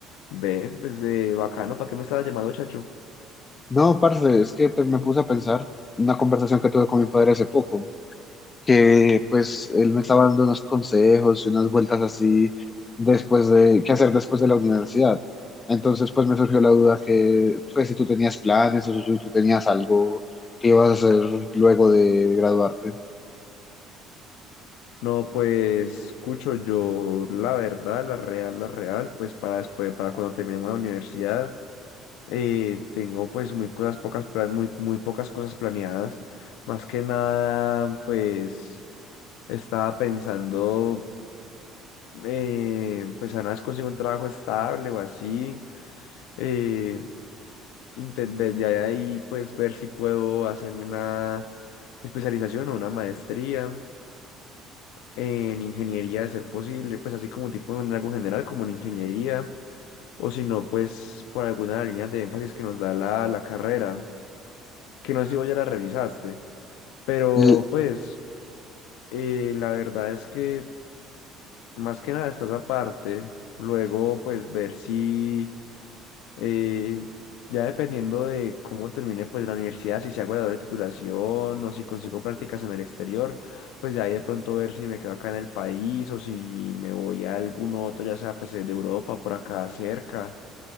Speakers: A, on the left; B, on the left.
A: Ve, pues eh, bacano, ¿para qué me estabas llamando, chacho?
B: No, parce, es que pues, me puse a pensar una conversación que tuve con mi padre hace poco. que pues él me estaba dando unos consejos y unas vueltas así después de qué hacer después de la universidad. Entonces pues me surgió la duda que pues, si tú tenías planes o si tú tenías algo que ibas a hacer luego de graduarte.
A: No, pues, escucho yo la verdad, la real, la real, pues para después, para cuando terminemos la universidad. Eh, tengo pues muy cosas pocas plan- muy, muy pocas cosas planeadas. Más que nada, pues estaba pensando eh, pues apenas consigo un trabajo estable o así. Eh, intentar ya de ahí pues ver si puedo hacerme una especialización o una maestría en ingeniería de ser posible, pues así como tipo en algo general como en ingeniería, o si no, pues por alguna de las líneas de énfasis que nos da la la carrera. que no sé si vos ya la revisaste, pero
B: L-
A: pues eh, la verdad es que más que nada está esa parte, luego pues ver si eh, ya dependiendo de cómo termine pues la universidad, si se hago la doble titulación o si consigo prácticas en el exterior, pues ya ahí de pronto ver si me quedo acá en el país o si me voy a algún otro, ya sea pues de Europa, por acá cerca,